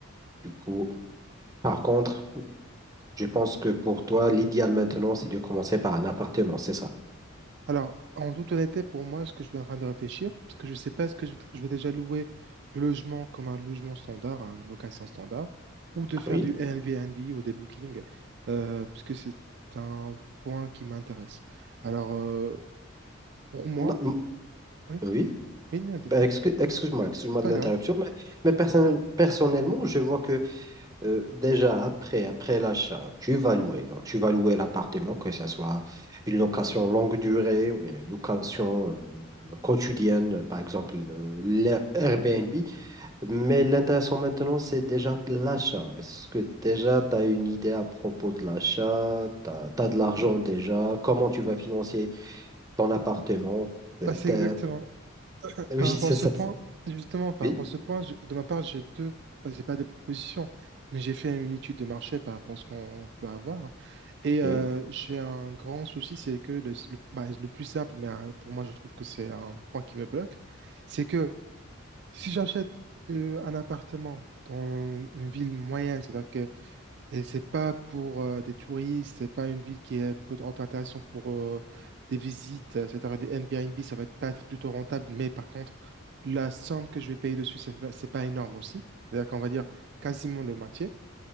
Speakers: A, on the right (about 15°); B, on the right (about 50°).
A: Du coup, par contre, je pense que pour toi, l'idéal maintenant, c'est de commencer par un appartement, c'est ça?
B: Alors, en toute honnêteté, pour moi, ce que je suis en train de réfléchir, parce que je ne sais pas, est-ce que je, je vais déjà louer le logement comme un logement standard, hein, une location standard, ou de faire
A: Oui.
B: du Airbnb ou des bookings, euh, parce que c'est un point qui m'intéresse. Alors, euh, pour moi,
A: Ma- m-
B: oui,
A: oui.
B: oui, non, dites-moi,
A: Euh, excu- Excuse-moi, excuse-moi
B: c'est pas
A: de l'interruption,
B: grave.
A: mais, mais personnel- personnellement, je vois que euh, déjà après, après l'achat, tu vas louer. Donc, tu vas louer l'appartement, que ce soit une location longue durée ou bien une location euh, quotidienne, par exemple euh, l'Air- Airbnb. Mais l'intéressant maintenant, c'est déjà l'achat. Est-ce que déjà tu as une idée à propos de l'achat? Tu as, de l'argent déjà? Comment tu vas financer ton appartement? Euh,
B: Bah, c'est
A: t'as-
B: exactement,
A: Oui,
B: par
A: <laughs> c'est
B: rapport à ce
A: ça.
B: point,
A: c'est-
B: justement, par
A: Oui,
B: rapport à ce point, je- de ma part, j'ai deux, bah, c'est pas des propositions, mais j'ai fait une étude de marché par rapport à ce qu'on peut avoir. Et
A: oui,
B: euh, j'ai un grand souci, c'est que le, le, bah, le plus simple, mais euh, pour moi je trouve que c'est un point qui me bloque, c'est que si j'achète euh, un appartement dans une ville moyenne, c'est-à-dire que et c'est pas pour euh, des touristes, c'est pas une ville qui est peut- intéressante pour euh, des visites, euh, c'est-à-dire les Airbnb, ça va être- pas être plutôt rentable, mais par contre, la somme que je vais payer dessus, c'est pas c'est pas énorme aussi. C'est-à-dire qu'on va dire quasiment le moitié.